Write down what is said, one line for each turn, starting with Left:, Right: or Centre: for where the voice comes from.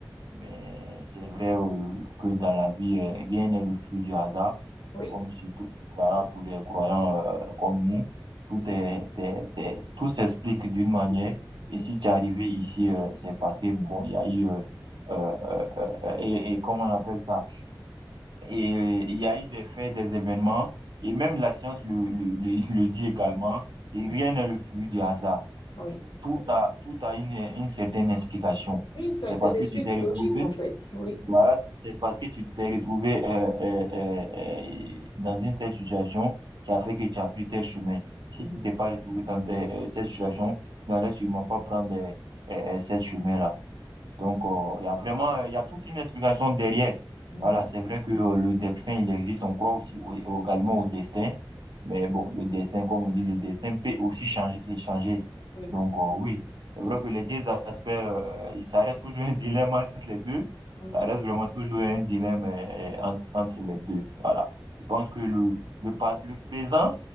Right: Mais c'est vrai euh, que dans la vie, euh, rien n'est le fruit du hasard,
Left: Oui.
Right: comme surtout voilà, pour les croyants euh, comme nous. Tout est, est- est- tout s'explique d'une manière. Et
Left: Mm.
Right: si tu es arrivé ici, euh, c'est parce que, bon, il y a eu, euh, euh, euh, euh, et, et comment on appelle ça? Et il y a eu des faits, des événements, et même la science le, le, le, le dit également, et
Left: Mhm.
Right: rien n'est le fruit du hasard
Left: Oui.
Right: tout a, tout a une, une certaine explication.
Left: Oui, ça,
Right: C'est
Left: c'est
Right: parce
Left: des
Right: que
Left: suites
Right: tu t'es retrouvé,
Left: logiques, en fait. Oui.
Right: voilà, c'est parce que tu t'es retrouvé euh, euh, euh, euh, dans une telle situation qui a fait que tu as pris tel chemin. Si
Left: Mhm.
Right: tu t'es pas retrouvé dans des- euh, cette situation, tu n'allais sûrement pas prendre euh, euh, euh, cette chemin-là. Donc, euh, il y a vraiment, il y a toute une explication derrière.
Left: Mhm.
Right: Voilà, c'est vrai que euh, le destin, il existe. On croit aussi au- également au destin. Mais bon, le destin, comme on dit, le destin peut aussi changer, c'est changer.
Left: Oui.
Right: Donc, euh, oui, c'est vrai que les deux aspects, euh, ça reste toujours un dilemme entre les deux.
Left: mhm,
Right: Ça reste vraiment toujours un dilemme euh, euh, entre, entre les deux. Voilà. Je pense que le, le, pa- le présent,